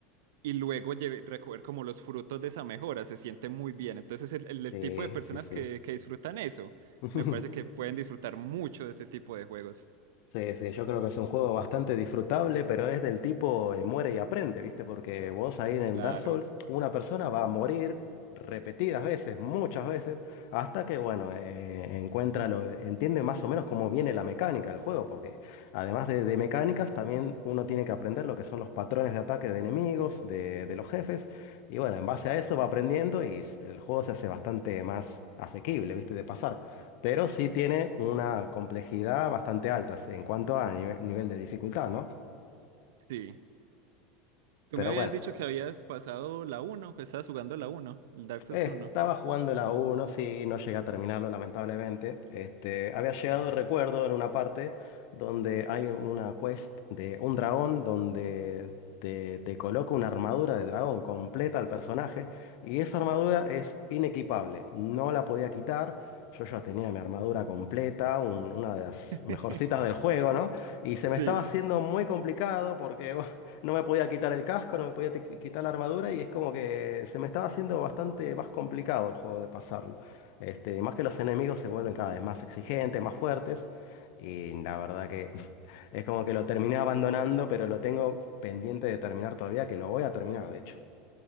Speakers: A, on the right; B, on the left.
A: y luego lleve- recoger como los frutos de esa mejora, se siente muy bien. Entonces, el, el- el
B: Sí,
A: tipo de personas
B: sí, sí.
A: que, que disfrutan eso,
B: <laughs>
A: me parece que pueden disfrutar mucho de ese tipo de juegos.
B: Sí, sí, yo creo que es un juego bastante disfrutable, pero es del tipo eh, muere y aprende, ¿viste? Porque vos ahí en el
A: Claro,
B: Dark Souls, una persona va a morir repetidas veces, muchas veces, hasta que, bueno, eh, encuentra lo, entiende más o menos cómo viene la mecánica del juego, porque además de, de mecánicas, también uno tiene que aprender lo que son los patrones de ataque de enemigos, de, de los jefes, y bueno, en base a eso va aprendiendo y s- el juego se hace bastante más asequible, ¿viste? De pasar. Pero sí tiene una complejidad bastante alta en cuanto a nive- nivel de dificultad, ¿no?
A: sí. Tú
B: Pero
A: me habías
B: bueno,
A: dicho que habías pasado la uno que estabas jugando la uno el Dark Souls
B: Estaba
A: uno
B: jugando la 1, sí, no llegué a terminarlo, lamentablemente. Este, había llegado, recuerdo, en una parte donde hay una quest de un dragón donde te, te coloca una armadura de dragón completa al personaje y esa armadura es inequipable, no la podía quitar. Yo ya tenía mi armadura completa, un- una de las
A: <laughs>
B: mejorcitas del juego, ¿no? Y se
A: Sí.
B: me estaba haciendo muy complicado porque <laughs> No me podía quitar el casco, no me podía ti- quitar la armadura y es como que se me estaba haciendo bastante más complicado el juego de pasarlo. Este, y más que los enemigos se vuelven cada vez más exigentes, más fuertes. Y la verdad que <laughs> es como que lo terminé abandonando, pero lo tengo pendiente de terminar todavía, que lo voy a terminar, de hecho.